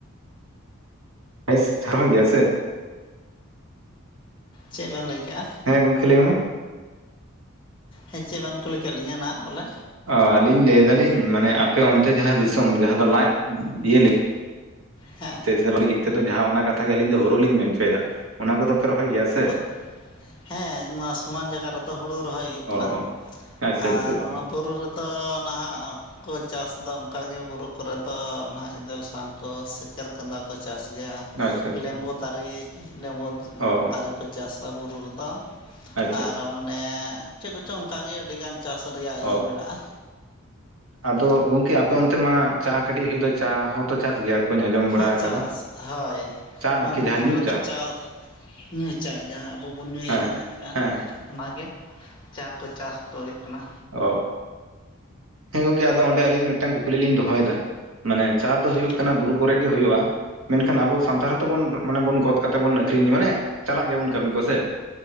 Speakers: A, on the right (about 80°); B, on the left (about 25°).
A: ᱵᱮᱥ ᱪᱷᱟᱨᱦᱚᱸ ᱜᱮᱭᱟ ᱥᱮ,
B: ᱪᱮᱫ ᱵᱮᱱ ᱞᱟᱹᱭᱠᱮᱜᱼᱟ
A: ᱦᱮᱸ ᱜᱚᱢᱠᱮ ᱞᱟᱹᱭ ᱢᱮ
B: ᱦᱮᱸ ᱪᱮᱫ ᱵᱮᱱ ᱠᱩᱞᱤ ᱠᱮᱫ ᱞᱤᱧᱟᱹ ᱱᱟ ᱵᱚᱞᱮ,
A: ᱚ ᱟᱹᱞᱤᱧ ᱞᱟᱹᱭᱫᱟᱞᱤᱧ ᱢᱟᱱᱮ ᱟᱯᱮ ᱚᱱᱛᱮ ᱡᱟᱸᱦᱟ ᱫᱤᱥᱚᱢ ᱡᱟᱦᱟᱸ ᱫᱚ ᱞᱟᱡ ᱤᱭᱟᱹᱞᱤ,
B: ᱦᱮᱸ
A: ᱞᱟᱹᱜᱤᱫ ᱛᱚ ᱡᱟᱸᱦᱟ ᱚᱱᱟ ᱠᱟᱛᱷᱟ ᱜᱮ ᱟᱞᱤᱧ ᱫᱚ ᱦᱩᱲᱳ ᱞᱤᱧ ᱢᱮᱱ ᱦᱚᱪᱚ ᱭᱮᱫᱟ ᱚᱱᱟ ᱠᱚᱫᱚ ᱯᱮ ᱨᱚᱦᱚᱭ ᱜᱮᱭᱟ᱾ ᱥᱮ
B: ᱦᱳᱲᱳ ᱦᱮᱸ ᱱᱚᱣᱟ ᱥᱚᱢᱟᱱ ᱡᱟᱭᱜᱟ ᱨᱮᱫᱚ ᱦᱩᱲᱩ ᱨᱚᱦᱚᱭ ᱦᱩᱭᱩᱜ ᱠᱟᱱᱟ᱾
A: ᱚ ᱚ ᱟᱪᱪᱷᱟ
B: ᱟᱨ
A: ᱟᱪᱪᱷᱟ ᱟᱪᱪᱷᱟ
B: ᱚᱱᱟ ᱵᱩᱨᱩ ᱨᱮᱫᱚ ᱱᱟᱦᱟᱜ, ᱠᱚ ᱪᱟᱥ ᱫᱚ ᱚᱱᱠᱟᱜᱮ ᱵᱩᱨᱩ ᱠᱚᱨᱮ ᱫᱚ ᱱᱟᱦᱟᱜ ᱮᱫᱮᱞ ᱥᱟᱶ ᱠᱚ ᱥᱮᱪ᱾ ᱠᱮᱨᱠᱟᱸᱫᱟ ᱠᱚ ᱪᱟᱥ ᱜᱮᱭᱟ
A: ᱟᱪᱪᱷᱟ ᱟᱪᱪᱷᱟ
B: ᱞᱮᱢᱵᱚ ᱫᱟᱨᱮ ᱞᱮᱢᱵᱚ᱾
A: ᱚ
B: ᱪᱟᱥᱟ ᱵᱩᱨᱩ ᱨᱮᱫᱚ
A: ᱟᱪᱪᱷᱟ
B: ᱟᱨ
A: ᱟᱪᱪᱷᱟ
B: ᱢᱟᱱᱮ ᱪᱮᱫ ᱠᱚᱪᱚᱝ ᱚᱱᱠᱟᱜᱮ ᱟᱹᱰᱤ ᱜᱟᱱ᱾ ᱪᱟᱥ ᱨᱮᱭᱟᱜ
A: ᱚ
B: ᱤᱭᱟᱹ ᱢᱮᱱᱟᱜᱼᱟ᱾
A: ᱟᱫᱚ ᱜᱚᱝᱠᱮ ᱟᱯᱮ ᱚᱱᱛᱮ ᱢᱟ ᱪᱟ ᱠᱟᱹᱴᱤᱡ ᱦᱩᱭᱩᱜ ᱫᱚ, ᱪᱟ ᱦᱚᱸᱛᱚ ᱪᱟᱥ ᱜᱮᱭᱟ, ᱠᱚᱧ ᱟᱸᱡᱚᱢ ᱵᱟᱲᱟ
B: ᱦᱮᱸ
A: ᱟᱠᱟᱫᱟ
B: ᱪᱟᱥ ᱦᱳᱭ
A: ᱪᱟ
B: ᱱᱚᱣᱟ
A: ᱟᱨᱠᱤ
B: ᱵᱩᱨᱩ
A: ᱡᱟᱦᱟᱸ ᱧᱩ
B: ᱨᱮᱫᱚ ᱪᱟ᱾ ᱧᱩ ᱪᱟ ᱡᱟᱸᱦᱟ ᱟᱵᱚ ᱵᱚᱱ ᱧᱩᱭ
A: ᱦᱮᱸ
B: ᱠᱟᱱᱟ ᱪᱟ᱾
A: ᱦᱮᱸ ᱦᱮᱸ
B: ᱚᱱᱟᱜᱮ ᱪᱟ ᱠᱚ ᱪᱟᱥ ᱠᱚ ᱦᱩᱭᱩᱜ ᱠᱟᱱᱟ᱾
A: ᱚ ᱦᱮᱸ ᱜᱚᱝᱠᱮ ᱟᱫᱚ ᱚᱸᱰᱮ ᱟᱹᱞᱤᱧ ᱢᱤᱫᱴᱟᱝ ᱠᱩᱠᱞᱤᱞᱤᱧ ᱫᱚᱦᱚᱭᱮᱫᱟ, ᱢᱟᱱᱮ ᱪᱟ ᱫᱚ ᱦᱩᱭᱩᱜ
B: ᱦᱮᱸ
A: ᱠᱟᱱᱟ ᱵᱩᱨᱩ ᱠᱚᱨᱮ ᱜᱮ ᱦᱩᱭᱩᱜ ᱼᱟ, ᱢᱮᱱᱠᱷᱟᱱ ᱟᱵᱚ ᱥᱟᱱᱛᱟᱲ ᱦᱚᱸᱛᱚ ᱵᱚᱱ ᱜᱚᱫ᱾ ᱠᱟᱛᱮ ᱵᱚᱱ ᱟᱹᱠᱷᱨᱤᱧ ᱢᱟᱱᱮ ᱪᱟᱞᱟᱜ ᱜᱮᱭᱟᱵᱚᱱ ᱠᱟᱹᱢᱤ ᱠᱚ ᱥᱮ,